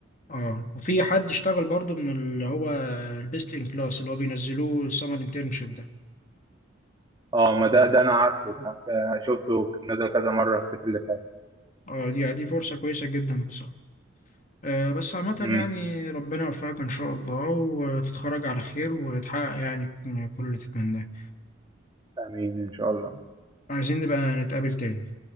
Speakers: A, on the left; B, on the right.
A: اه وفي حد اشتغل برضو من اللي هو البيست ان كلاس اللي هو بينزلوه السمر انترنشيب ده
B: اه ما ده ده أنا عارفه ده آه، شفته نزل كذا مرة الصيف اللي فات
A: اه دي دي فرصة كويسة جدا بصراحة آه بس عامة
B: امم
A: يعني ربنا يوفقك إن شاء الله وتتخرج على خير وتحقق يعني كل اللي تتمناه
B: آمين إن شاء الله
A: عايزين نبقى نتقابل تاني